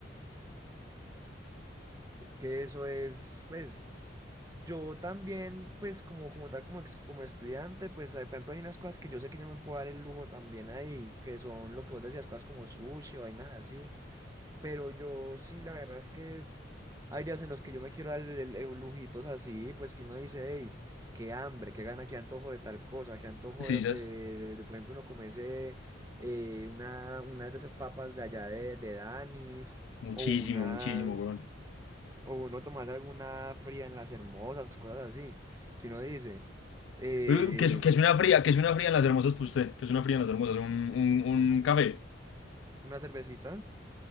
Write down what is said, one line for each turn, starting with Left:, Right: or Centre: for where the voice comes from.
Right: Es que eso es, pues... Yo también, pues como, como tal, como, ex- como estudiante, pues eh, por ejemplo hay unas cosas que yo sé que yo no me puedo dar el lujo también ahí, que son lo que vos decías, cosas como sushi o vainas así, pero yo sí, la verdad es que hay días en los que yo me quiero dar el, el- el lujitos así, pues que uno dice, hey, qué hambre, qué gana, qué antojo de tal cosa, qué antojo
Left: Sí,
Right: de,
Left: ¿sabes?
Right: de- de- de, por ejemplo, uno comerse eh, una, una de esas papas de allá de, de Danis
Left: Muchísimo,
Right: o unas
Left: muchísimo, weón.
Right: o uno tomarse alguna fría en las hermosas, cosas así, que uno dice, eh,
Left: Eh, Que es, que es una fría, que es una fría en las hermosas, pues usted, que es una fría en las hermosas, un, un, un café.
Right: una cervecita,